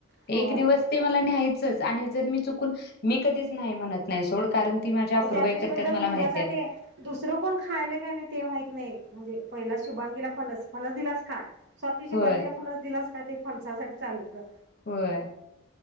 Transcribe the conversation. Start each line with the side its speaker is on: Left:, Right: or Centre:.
Right: होय
Left: एक दिवस ते मला न्याहायचच आणि जर मी चुकून मी कधी नाही म्हणत नाही सोड कारण ती माझ्या
Right: आता
Left: अपूर्वाई
Right: त्या दिवशी
Left: करत्यात
Right: बदल
Left: मला
Right: तुझ्यासाठी
Left: माहिती आहे
Right: दुसरं कोण खायले काय नाही ते माहत नाही. म्हणजे पहिला शुभांगीला फनस, फनस दिलास का? स्वातीच्या
Left: होय
Right: बायनीला फणस दिलास का ते फणसासाठी चालं होतं
Left: होय,